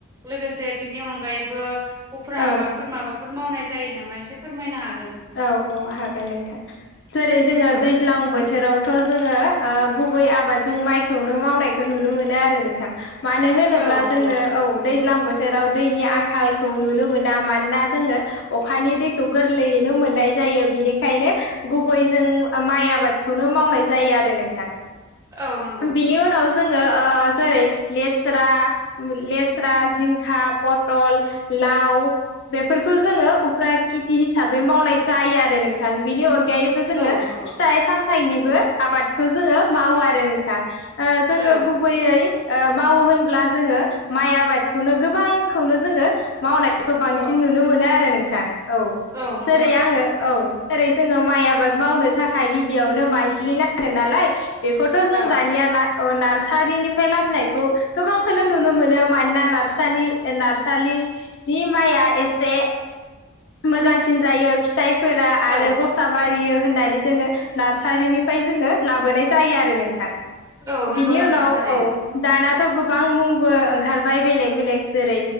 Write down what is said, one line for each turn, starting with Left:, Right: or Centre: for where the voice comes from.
Right: लोगोसे बिनि अनगायैबो उफ्रा
Left: औ
Right: आबादफोर माबाफो फोर मावनाय जायो नामा एसे फोरमायनो हाग
Left: औ औ हागोन नोंथां जेरै जोङो
Right: औ
Left: दैज्लां बोथोराव थ' जोङो ओ गुबै आबादजों माइखौनो मावनायखौ नुनो मोनो आरो नोंथां मानो होनोब्ला
Right: औ नंगौ
Left: जोंनो औ दैज्लां बोथोराव दैनि आंखालखौ नुनो मोना मानोना जोङो अखानि दैखौ गोरलैयैनो मोननाय जायो बिनिखायनो गुबै जों माइ आबादखौनो मावनाय जायो आरो नोंथां
Right: औ नंगौ
Left: बिनि उनाव जोङो ओ जरै लेस्रा लेस्रा जिंखा पटल लाव बेफोरखौ जोङो उफ्रा खेटि हिसाब बै मावनाय जायो आरो नोंथां बिनि अनगायैबो जोङो
Right: औ नंगौ
Left: फिथाइ साम थाइनिबो आबादखौ जोङो मावो आरो नोंथां ओ जोङो
Right: औ
Left: गुबैयै ओ मावो होनब्ला जोङो माइ आबादखौनो गोबांखौनो जोङो मावनायखौ बांसिन
Right: औ
Left: नुनो मोनो आरो नोंथां
Right: औ नं
Left: जेरै आङो औ जेरै जोङो माइ आबाद मावनो थाखाय गिबियावनो माइज्लि नांगोन नालाय बेखौथ' जों
Right: औ
Left: दानिया ना अ नार्सारिनि फाय लाबोनायखौ गोबांखौनो नुनो मोनो मानोना नारसानि ओ नारसालिनि माइ जा एसे मोजांसिन जायो फिथाइफोरा आरो
Right: औौ
Left: गसाबा बारियो होननानै जोङो नारसारिनिफ्राय जोङो लाबोनाय जायो आरो नोंथां
Right: औ नंगौ
Left: बिनि
Right: नोंथां
Left: उनाव
Right: थारैनो
Left: औ दाना थ' गोबां मुंबो ओंखारबाय बेलेक बेलेक जेरै